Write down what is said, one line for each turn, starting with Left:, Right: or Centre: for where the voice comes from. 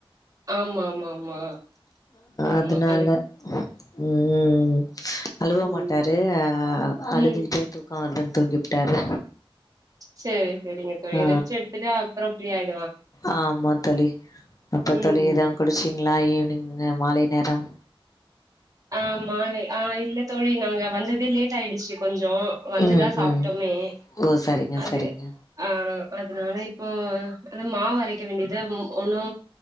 Right: ஆமா ஆமா ஆமா ஆமா
Left: அதனால
Right: அதுக்
Left: ம் அழுவ
Right: புரியுது
Left: மாட்டாரு
Right: தோழி
Left: அழுதுட்
Right: ம்
Left: டு தூக்க வருதுனு தூங்கிபுட்டாரு
Right: செரி செரிங்க தோழி
Left: ஆ
Right: ரெஸ்ட் எடுத்துட்டு அப்ற ஃப்ரீயாயிட்
Left: ஆமா தோழி அப்புற
Right: ம்
Left: தோழி எதவு
Right: ம்
Left: குடிச்சீங்ளா ஈவினிங்கு மாலை நேரம்
Right: ஆமானு ஆ இல்ல தோழி நாங்க வந்ததே லேட் ஆயிடுச்சு கொஞ்சோ வந்துதா
Left: ம்
Right: சாப்ட்டோமே
Left: ம் ஓ சரிங்க
Right: அது
Left: சரிங்க
Right: ஆ அதனால இப்போ அது மாவரைக் இவங்கிட்ட ஒன்னு